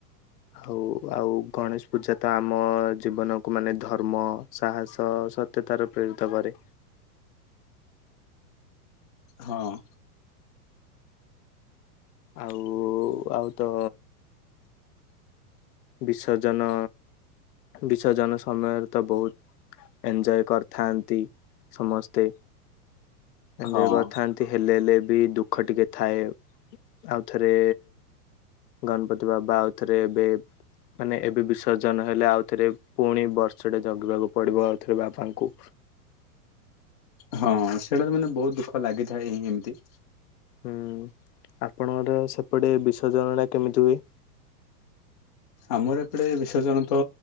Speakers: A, on the left; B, on the left.
A: ଆଉ, ଆଉ ଗଣେଶ ପୂଜା ତ ଆମ ଜୀବନକୁ ମାନେ ଧର୍ମ ସାହସ, ସତ୍ୟତାର ପ୍ରେରିତ କରେ।
B: ହଁ।
A: ଆଉ ଆଉ ତ ବିସର୍ଜନ, ବିସର୍ଜନ ସମୟରେ ତ ବହୁତ ଏଞଜୟ କରିଥାନ୍ତି ସମସ୍ତେ। ଏଞଜୟ
B: ହଁ।
A: କରିଥାନ୍ତି। ତେ ହେଲେ ହେଲେ ବି ଦୁଃଖ ଟିକେ ଥାଏ। ଆଉଥରେ ଗଣପତି ବାବା ଆଉଥରେ ଏବେ ମାନେ ଏବେ ବିସର୍ଜନ ହେଲେ ଆଉ ଥରେ ପୁଣି ବର୍ଷଟେ ଜଗିବାକୁ ପଡିବ ଆଉଥରେ ବାପାଙ୍କୁ।
B: ହଁ ସେଇଟା ତ ମାନେ ବହୁତ ଦୁଃଖ ଲାଗିଥାଏ ହଁ ଏମିତି।
A: ହୁଁ। ଆପଣଙ୍କର ସେପଟେ ବିସର୍ଜନ ଟା କେମିତି ହୁଏ?
B: ଆମର ଏପଟେ ବିସର୍ଜନ ତ